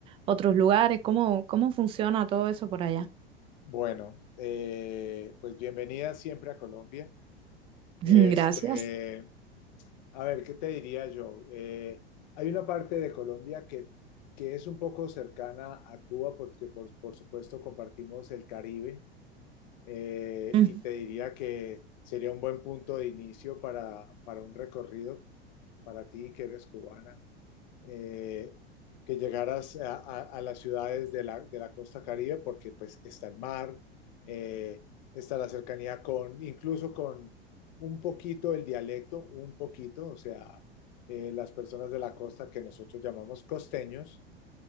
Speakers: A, on the right; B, on the left.
A: otros lugares, cómo, cómo funciona todo eso por allá.
B: Bueno, eh, pues bienvenida siempre a Colombia.
A: <laughs>
B: Este,
A: Gracias.
B: a ver, ¿qué te diría yo? Eh, hay una parte de Colombia que, que es un poco cercana a Cuba porque por, por supuesto compartimos el Caribe eh,
A: Ujú.
B: y te diría que sería un buen punto de inicio para, para un recorrido para ti que eres cubana. eh, que llegaras a, a- a las ciudades de la, de la costa Caribe, porque pues está el mar, eh, está la cercanía con, incluso con un poquito el dialecto, un poquito, o sea, eh, las personas de la costa que nosotros llamamos costeños,